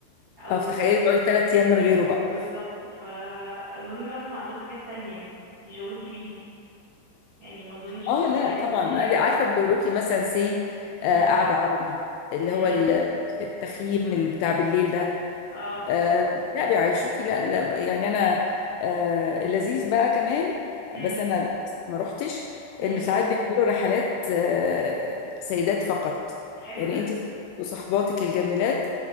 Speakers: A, on the right; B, on the left.
A: أو
B: اه فتخيلي تقعدي تلات أيام من غيره بقى
A: بالظبط فأظن بقى هم عندهم حاجات تانية يشغلوكي بيها يعني ما أظنش
B: اه
A: إن هم
B: لا
A: هيسيبوكي
B: طبعا
A: كده
B: عارفه بيوروكي مثلا سي
A: امم
B: آه، قعده عربي اللي
A: امم
B: هو ال- التخييم اللي بتاع بالليل ده
A: اه
B: آه، لا بيعيشوكي لا لا يعني انا آه، لذيذ بقى كمان
A: امم
B: بس انا للاسف ما روحتش
A: امم
B: ان ساعات بيعملوا رحلات آه، سيدات فقط
A: حلو
B: يعني
A: ده
B: انت وصحباتك الجميلات